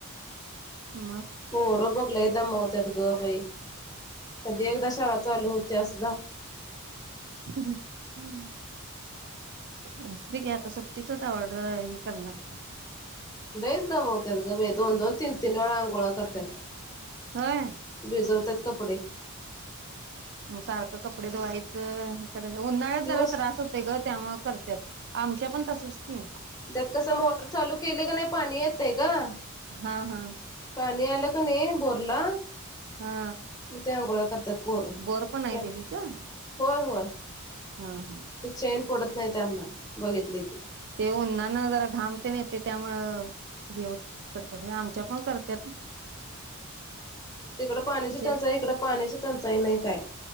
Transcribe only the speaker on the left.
पोर बग लईत दमवत्यात गं बाई कधी एकदा शाळा चालू होतीयास
लयच‌ दमवत्यात गं बाई दोन - दोन, तीन - तीन वेळा अंघोळा करत्यात
भिजवत्यात कपडे
दिवस
त्यात कसं मोटर चालू केलं कणी पाणी येतय गं
पाणी आलं कनी बोरला
त्या अंघोळा करत्यात पोर
छे्
होय होय ह <inaudible>
ते चैन पडत नाही त्यांना बघितलय की
तिकडं पाण्याची
टंचाई इकड पाण्याची टंचाई नाई काय?